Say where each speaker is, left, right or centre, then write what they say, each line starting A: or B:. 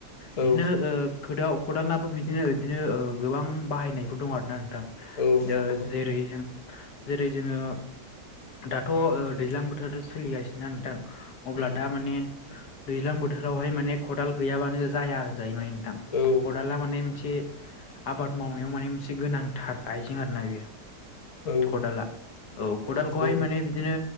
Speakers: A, on the left; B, on the left.
A: औ
B: बिदिनो ओ खोदाव खदालाबो बिदिनो बिदिनो गोबां बाहायनायफोर दं आरोना नोंथां
A: औ नंगौ
B: ओ जेरै जों जेरै जोङो दाथ' दैज्लां बोथोर सोलिगासिनो नोंथां अब्ला
A: उम
B: दा माने दैज्लां बोथोरावहाय माने खदाल गैयाबानो जाया होनजायो माने नोंथां
A: औ
B: खदाला माने मोनसे आबाद मावनायाव माने मोनसे गोनांथार आइजें आरो ना बेयो
A: औ
B: खदाला औ खदालखौहाय
A: नंगौ नोंथां
B: माने बिदिनो